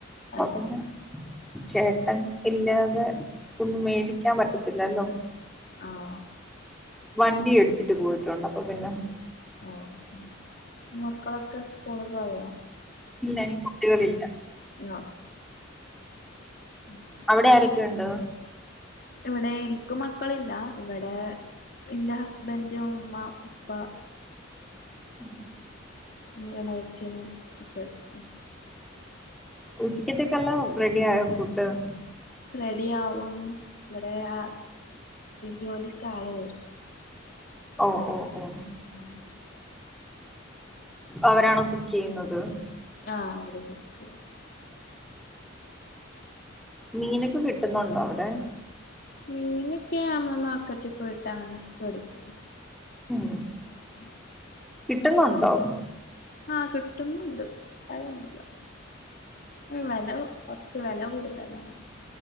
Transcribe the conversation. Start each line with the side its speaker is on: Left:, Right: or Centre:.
Centre: പ്പൊ
Left: അത്
Centre: പിന്നെ
Left: ശരി
Centre: ചേട്ടൻ ഇല്ലാതെ ഒന്നും മേടിക്കാം പറ്റത്തില്ലല്ലോ
Left: ആഹ് ഓഹ്
Centre: വണ്ടി എട്ത്തിട്ട് പോയിട്ടുണ്ട് അപ്പൊ പിന്നെ
Left: ഓഹ് മക്കളൊക്കെ സ്കൂള് പോയോ
Centre: ഇല്ല എനിക്ക് കുട്ടികെള് ഇല്ലാ
Left: ങ്ങാ <inaudible>
Centre: അവ്ടെ ആരൊക്കെയുണ്ട്?
Left: ഇവിടേ ഇൻക്ക് മക്കളില്ലാ. ഇവടെ... ഇന്റെ ഹസ്ബൻഡ് ഉമ്മ ഉപ്പ
Centre: ആഹ്
Left: അത് ഏളേച്ചനും <unintelligible>
Centre: ഉച്ചയ്ക്കേത്തെക്കെല്ലൊം റെഡി ആയോ ഫുഡ്ഡ്?
Left: റെഡി ആവുന്നു. ഇവടെ ആ ജോലിക്കാള് വെരും.
Centre: ഓഹ് ഓഹ് ഓഹ്.
Left: ആഹ്
Centre: അവരാണോ കുക്കെയ്യ്ന്നത്?
Left: ആഹ് അവര് കുക്കെയ്യും.
Centre: മീനൊക്കെ കിട്ടുന്നുണ്ടോ അവിടെ?
Left: മീന്ക്കേ നമ്മള് മാർക്കറ്റ് പോയിട്ടങ്ങനെ വേടിക്കും.
Centre: ഉം
Left: <inaudible>
Centre: കിട്ടുന്നുണ്ടോ?
Left: ആഹ് കിട്ടുന്നുണ്ട്, കിട്ടായൊന്നുല്ല. ഉം വെല കൊർച്ച് വെല കൂടുതലാണ്.